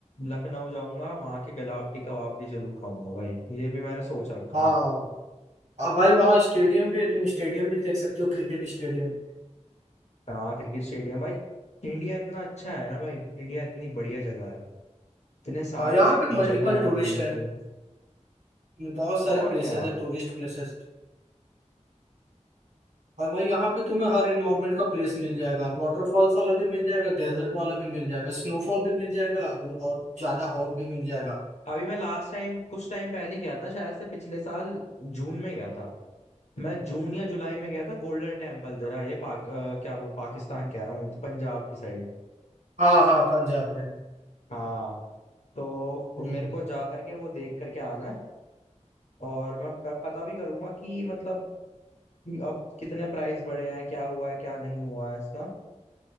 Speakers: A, on the left; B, on the right.
A: लखनऊ जाऊंगा वहां के गलावटी कबाब भी जरूर खाऊंगा भाई ये भी मैंने सोच रखा
B: हाँ
A: है
B: अब भाई वहाँ स्टेडियम भी है तुम स्टेडियम भी देख सकते हो क्रिकेट स्टेडियम
A: हाँ क्रिकेट स्टेडियम भाई इंडिया इतना अच्छा है ना भाई इंडिया इतनी बढ़िया जगह है इतने सारे
B: हाँ यहाँ पे
A: जगह
B: मल्टीपल
A: है
B: टूरिस्ट
A: घूमने
B: है
A: को
B: बहुत सारे
A: और
B: प्लेसेस
A: क्या
B: है टूरिस्ट प्लेसेस और भाई यहाँ पे तुम्हें हर इन्वायरमेंट का प्लेस मिल जाएगा वाटरफॉल्स वाला भी मिल जाएगा डेजर्ट वाला भी मिल जाएगा स्नोफॉल भी मिल जाएगा और ज्यादा हॉट भी मिल जाएगा
A: अभी मैं लास्ट टाइम कुछ टाइम पहले ही गया था शायद से पिछले साल जून में गया था मैं जून या जुलाई में गया था गोल्डन टेम्पल तेरा ये पाक, अ, क्या बोल पाकिस्तान कह रहा हूँ तो पंजाब की साइड
B: हाँ हाँ पंजाब में
A: हाँ तो
B: हम्म
A: मेरे को जा करके वो देख करके आना है और मैं प- पता भी करूंगा कि मतलब कि अब कितने प्राइस बढ़े हैं क्या हुआ है क्या नहीं हुआ है इसका